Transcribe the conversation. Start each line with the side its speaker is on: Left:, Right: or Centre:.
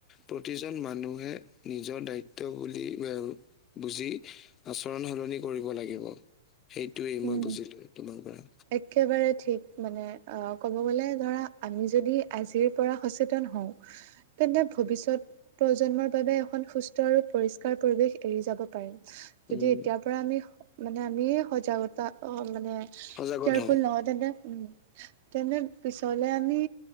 Left: প্ৰতিজন মানুহে নিজৰ দায়িত্ব বুলি বুজি আচৰণ সলনি কৰিব লাগিব। সেইটোৱেই মই
Right: উম,
Left: বুজিলো তোমাৰ পৰা।
Right: একেবাৰে ঠিক মানে অ' ক'ব গ'লে ধৰা আমি যদি আজিৰ পৰা সচেতন হওঁ তেন্তে ভৱিষ্যত প্ৰজন্মৰ বাবে এখন সুস্থ আৰু পৰিষ্কাৰ পৰিৱেশ এৰি যাব পাৰিম।
Left: উম,
Right: যদি এতিয়াৰ পৰা আমি মানে আমিয়ে সজাগতা, অ', মানে
Left: সজাগত
Right: কেয়াৰফুল
Left: হওঁ
Right: নহওঁ, তেন্তে উম, তেন্তে পিছলে আমি